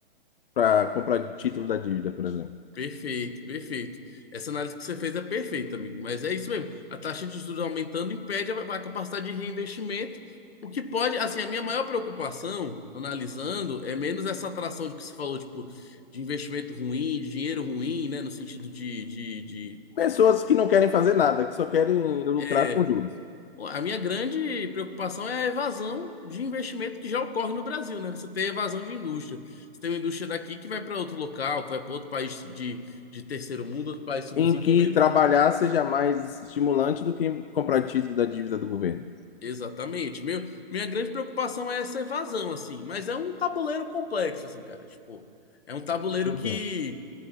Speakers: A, on the left; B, on the left.
A: para comprar título da dívida, por exemplo.
B: Perfeito, perfeito. Essa análise que você fez é perfeita, amigo. Mas é isso mesmo. A taxa de juros aumentando impede a, a capacidade de reinvestimento. O que pode, assim, a minha maior preocupação, analisando, é menos essa atração de que você falou, tipo, de investimento ruim, de dinheiro ruim, né, no sentido de, de de-
A: Pessoas que não querem fazer nada, que só querem lucrar
B: é,
A: com juros.
B: A minha grande preocupação é a evasão de investimento que já ocorre no Brasil, né? Você tem evasão de indústria. Você tem uma indústria daqui que vai para outro local, que vai para outro país de, de terceiro mundo, outro país subdesenvolvido.
A: Em que trabalhar seja mais estimulante do que comprar título da dívida do governo.
B: Exatamente. Meu, minha grande preocupação é essa evasão, assim, mas é um tabuleiro complexo, assim, cara. Tipo, é um tabuleiro
A: Entendo.
B: que